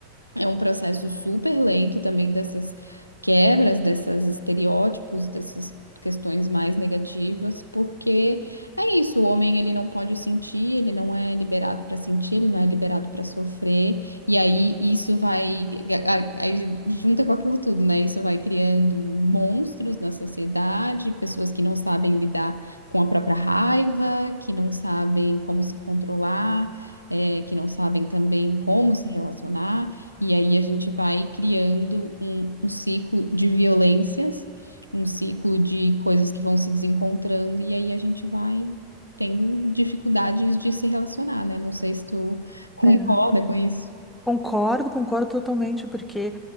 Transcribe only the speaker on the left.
é um processo super lento também dessas quebras, desses estereótipos, dessas questões mais negativas, porque é isso, o homem ele não pode sentir, ele não é liberado para sentir, ele não é liberado para sofrer, e aí isso vai, a- a- aí junta com aquilo tudo, né? Isso vai criando monstros na sociedade, pessoas que não sabem lidar com a própria raiva, que não sabem como se controlar, eh, que não sabem também como se relacionar. E aí a gente vai criando um, um ciclo de violências, um ciclo de coisas que vão se desencontrando, e aí a gente vai tendo dificuldades de se relacionar, né? Não sei se tu <laughs> concorda
com isso.